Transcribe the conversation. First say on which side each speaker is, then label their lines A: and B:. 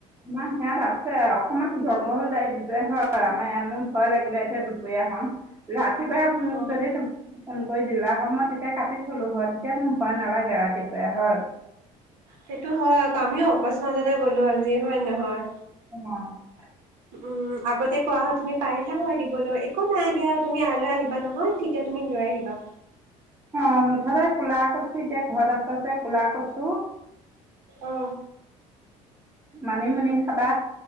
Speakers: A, on the right; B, on the right.
A: ইমান হেয়াত আছে অকমান জংঘল টাইপ যে হয় আমাৰ মোৰ ভয় লাগিলে এই দুপৰীয়াখন ৰাতি ৰাতিপুৱাই
B: অ
A: যদি তোমা কৈ দিলা হয় মই তেতিয়া কাটি থলো হয় তেতিয়া মোৰ ভয় নালাগে ৰাতিপুৱাই হয়
B: সেইটো হয়। আকৌ আমিও অকস্মাততে গ'লোঁ আজি, হয় নে নহয়?
A: অ'।
B: উম, আগতে কোৱা হয়। তুমি পাৰিলা হয় দিবলৈ। একো নাই দিয়া। তুমি কাইলৈ আহিবা নহয়, তেতিয়া তুমি লৈ আহিবা।
A: অ', মুঠতে ক'লা কচু এতিয়া ঘৰত আছে যে, ক'লা কচু
B: অ
A: মানি-মুনি খাবা,